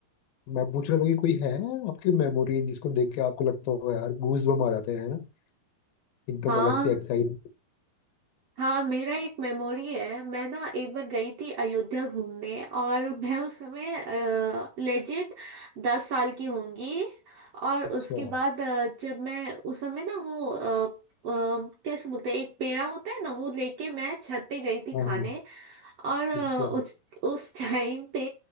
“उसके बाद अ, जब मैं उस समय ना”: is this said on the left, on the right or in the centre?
Right